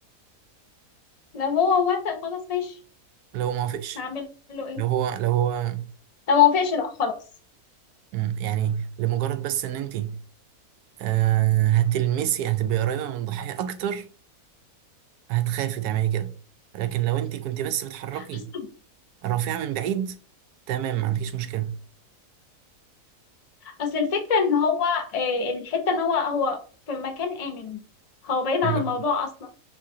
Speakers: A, on the left; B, on the right.
A: لو هو وافق خلاص ماشي
B: لو ما وافقش
A: هعمل له ايه
B: لو هو لو هو
A: لو ما وافقش لا خلاص
B: أمم، يعني لمجرد بس ان انت آه، هتلمسي هتبقي قريبه من الضحيه اكتر هتخافي تعملي كده لكن لو انت كنت بس بتحركي
A: اصل
B: الرافعة من بعيد تمام ما عندكيش مشكلة
A: اصل الفكرة ان هو آه، الحتة ان هو هو في مكان آمن هو بعيد
B: ايوه
A: عن الموضوع اصلا